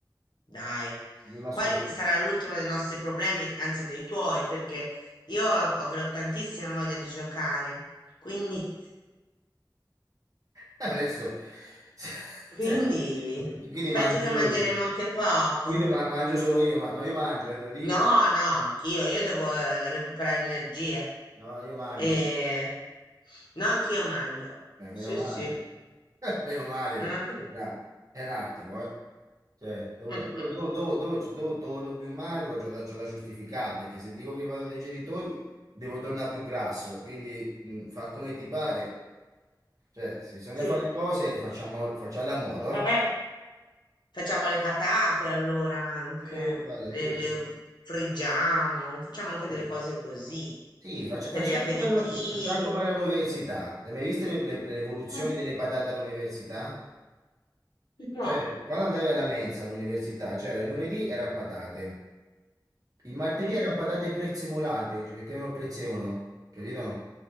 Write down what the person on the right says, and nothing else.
non nascosto.
Adesso, <laughs>
cioè, quindi
mangio
solo
io.
Quindi ma- mangio solo io, ma no, io mangio, eh, te lo dico.
No, io mangio.
Eh, meno
male.
<laughs> Meno male,
perché è un att- è un attimo, eh. Cioè, dove,
dove- dove- dove- dove- dove torno più magro, c'ho da, c'ho da giustificare, perché se dico che vado dai genitori, devo tornare più grasso, quindi mh, fa come ti pare. Cioè, se bisogna
fare le cose, facciamo, facciamole a modo,
eh.
Eh, guarda,
tu-
sì,
Sì, faccia-
facciamo
come, lo- facciamo come all'università. L'hai mai vista le- le- l'evoluzione
delle patate all'università?
Cioè, quando andavi alla mensa all'università, c'era il lunedì erano patate, il martedì
erano patate prezzemolate, ci mettevano il prezzemolo, capito?